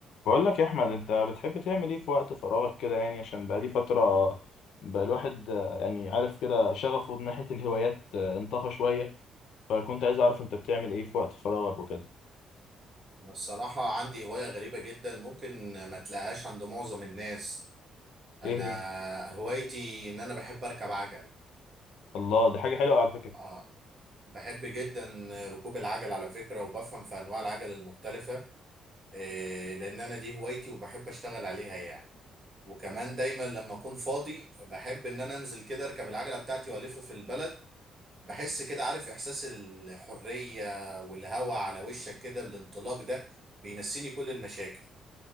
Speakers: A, on the left; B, on the right.
A: بقول لك يا احمد انت بتحب تعمل ايه في وقت فراغك كده يعني عشان بقالي فتره بقى الواحد آه، يعني عارف كده شغفه من ناحيه الهوايات آه، انطفى شويه فكنت عايز اعرف انت بتعمل ايه في وقت فراغك وكده
B: أنا الصراحة عندي هواية غريبة جدا ممكن ما تلاقيهاش عند معظم الناس أنا
A: ايه هي
B: هوايتي إن أنا بحب أركب عجل
A: الله دي حاجه حلوه على فكره
B: آه بحب جدا ركوب العجل على فكرة وبفهم في أنواع العجل المختلفة إيه لأن أنا دي هوايتي وبحب أشتغل عليها يعني وكمان دايما لما أكون فاضي بحب إن أنا أنزل كده أركب العجلة بتاعتي وألف في البلد بحس كده عارف إحساس الحرية والهواء على وشك كده الانطلاق ده بينسيني كل المشاكل